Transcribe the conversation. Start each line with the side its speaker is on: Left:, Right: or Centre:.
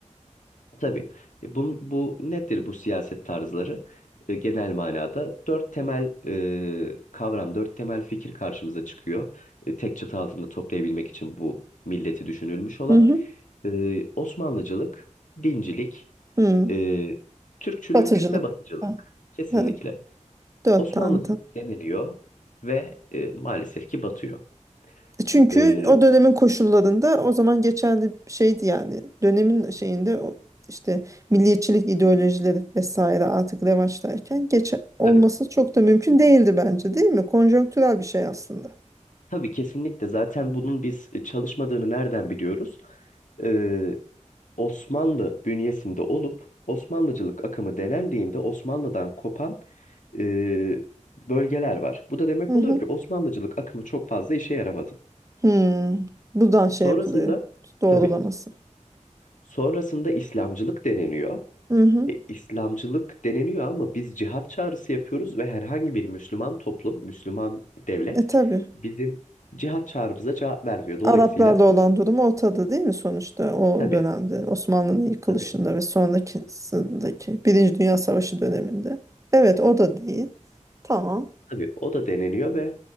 Left: Tabii. E, Bu, bu nedir bu siyaset tarzları? E, genel manada dört temel e, kavram, dört temel fikir karşımıza çıkıyor. E, tek çatı altında toplayabilmek için bu milleti düşünülmüş olan
Right: Hı hı.
Left: e, Osmanlıcılık, dincilik,
Right: Hı.
Left: e, Türkçülük
Right: Batıcılık.
Left: ve Batıcılık.
Right: Ha.
Left: Kesinlikle.
Right: Ha, Dört
Left: Osmanlıcılık
Right: tane. tam.
Left: deniliyor ve e, maalesef ki batıyor.
Right: Çünkü
Left: E,
Right: o dönemin koşullarında o zaman geçerli bir şeydi yani. Dönemin şeyinde o işte milliyetçilik ideolojileri vesaire artık revaçtayken geç olması
Left: tabii.
Right: çok da mümkün değildi bence değil mi? Konjonktürel bir şey aslında.
Left: Tabii kesinlikle. Zaten bunun biz e, çalışmadığını nereden biliyoruz? Ee, Osmanlı bünyesinde olup Osmanlıcılık akımı denendiğinde Osmanlı'dan kopan e, bölgeler var. Bu da demek
Right: Hı
Left: oluyor
Right: hı.
Left: ki Osmanlıcılık akımı çok fazla işe yaramadı.
Right: Hı. Buradan şey
Left: Sonrasında
Right: yapılıyor. Doğrulaması.
Left: tabii sonrasında İslamcılık deneniyor.
Right: Hı hı.
Left: E, İslamcılık deneniyor ama biz cihat çağrısı yapıyoruz ve herhangi bir Müslüman toplum, Müslüman devlet
Right: E tabii.
Left: bizim cihat çağrımıza cevap vermiyor. Dolayısıyla
Right: Araplarla olan durum ortada değil mi sonuçta o
Left: tabii
Right: dönemde Osmanlı'nın yıkılışında
Left: tabii
Right: ve sonrakisindeki Birinci Dünya Savaşı döneminde. Evet o da değil. Tamam.
Left: tabii o da deneniyor ve